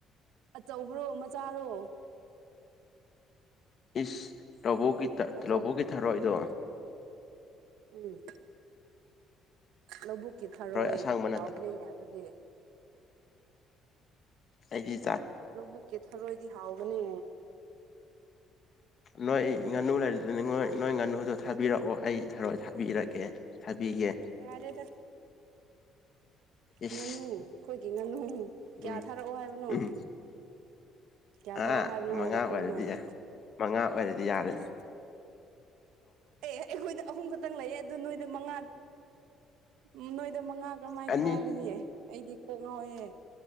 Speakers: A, on the right; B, on the left.
A: ꯑꯆꯧꯕ꯭ꯔꯣ ꯃꯆꯥꯔꯣ
B: ꯏꯁ ꯂꯧꯕꯒꯤ
A: ꯑꯆꯧ
B: ꯂꯧꯕꯨꯀꯤ ꯊꯥꯔꯣꯏꯗꯣ
A: ꯎꯝ ꯂꯧꯕꯕꯨꯛꯀꯤ ꯊꯔꯣꯏ
B: ꯑꯁꯥꯡꯕ
A: ꯍꯥꯎꯕꯅꯤꯅꯦ
B: ꯅꯠꯇꯕ
A: ꯑꯗꯨꯗꯤ
B: ꯑꯩꯒꯤ
A: ꯂꯧꯕꯨꯛꯀꯤ ꯊꯔꯣꯏꯗꯤ ꯍꯥꯎꯕꯅꯦ
B: ꯅꯣꯏ ꯉꯥꯅꯨ ꯂꯩꯔꯤꯗꯨꯅꯤ ꯅꯣꯏ ꯅꯣꯏ ꯉꯥꯅꯨꯗꯣ ꯊꯥꯕꯤꯔꯛꯑꯣ ꯑꯩ ꯊꯣꯏ ꯊꯥꯕꯤꯔꯛꯀꯦ ꯊꯥꯕꯤꯒꯦ
A: ꯌꯥꯔꯦꯗ
B: ꯏꯁ
A: ꯉꯥꯅꯨ ꯑꯩꯈꯣꯏꯒꯤ ꯉꯥꯅꯨ ꯀꯌꯥ
B: ꯎꯝ
A: ꯊꯥꯔꯛꯑꯣ ꯍꯥꯏꯕꯅꯣ
B: ꯎꯝ
A: ꯀꯌꯥ ꯊꯥꯔꯛꯑꯣ
B: ꯑꯥ
A: ꯍꯥꯏꯕꯅꯣ ꯍꯥꯏꯔꯒ
B: ꯃꯉꯥ ꯑꯣꯏꯗꯤ
A: ꯎꯝ ꯍꯥꯏꯌꯦ
B: ꯃꯉꯥ ꯑꯣꯏꯗꯤ ꯌꯥꯔꯅꯤ
A: ꯑꯦꯁ ꯑꯦ ꯑꯩꯈꯣꯏꯗ ꯑꯍꯨꯝ ꯈꯛꯇꯪ ꯂꯩꯌꯦ ꯑꯗꯨꯗꯣ ꯅꯣꯏꯗ ꯃꯉꯥ ꯎ ꯅꯣꯏꯗ ꯃꯉꯥ ꯀꯔꯝꯃꯥꯏꯅ
B: ꯑꯅꯤ
A: ꯊꯥꯒꯅꯤ ꯑꯩꯗꯤ ꯀꯣꯛ ꯉꯥꯎꯑꯦ